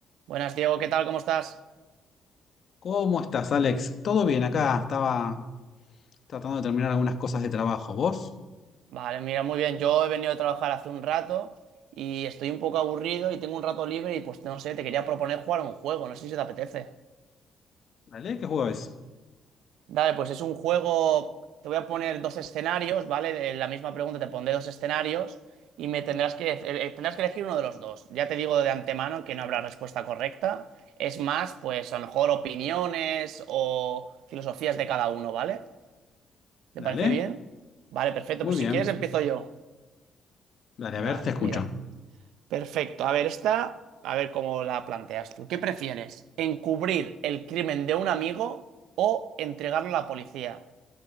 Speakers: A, on the right; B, on the left.
A: Buenas, Diego, ¿qué tal? ¿Cómo estás?
B: ¿Cómo estás, Alex? ¿Todo bien acá? Estaba tratando de terminar algunas cosas de trabajo. ¿Vos?
A: Vale, mira, muy bien. Yo he venido a trabajar hace un rato y estoy un poco aburrido y tengo un rato libre y pues no sé, te quería proponer jugar a un juego, no sé si te apetece.
B: Dale, ¿qué juego es?
A: Dale, pues es un juego, te voy a poner dos escenarios, ¿vale? De la misma pregunta te pondré dos escenarios y me tendrás que, eh, tendrás que elegir uno de los dos. Ya te digo de antemano que no habrá respuesta correcta. Es más, pues a lo mejor opiniones o filosofías de cada uno, ¿vale? ¿Te
B: Dale,
A: parece bien? Vale, perfecto,
B: muy
A: pues
B: bien.
A: si quieres empiezo yo.
B: Dale,
A: Vale,
B: a ver, te escucho.
A: mira. Perfecto. A ver, esta, a ver cómo la planteas tú. ¿Qué prefieres? ¿Encubrir el crimen de un amigo o entregarlo a la policía?